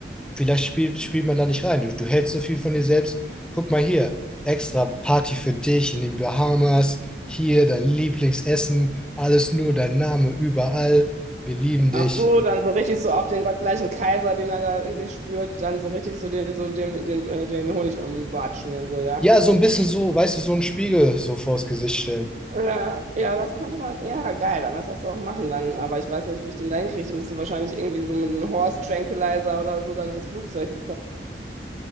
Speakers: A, in the centre; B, on the right.
A: vielleicht spielt, spielt man da nicht rein. Du, du hältst so viel von dir selbst. Guck mal hier, extra Party für dich in den Bahamas. Hier dein Lieblingsessen. Alles nur dein Name überall. Wir lieben
B: Ach
A: dich.
B: so, dann so richtig so auf den gottgleichen Kaiser, den er da in sich spürt, dann so richtig so den, so den, den, äh, den Honig um den Bart schmieren, so, ja.
A: Ja, so ein bisschen so, weißt du, so einen Spiegel so vors Gesicht stellen.
B: Ja, ja, das könnte man, ja, geil, dann lass das doch machen dann, aber ich weiß nicht, wie ich den da hinkriege. Ich musste wahrscheinlich irgendwie so mit einem Horse Tranquilizer oder so dann ins Flugzeug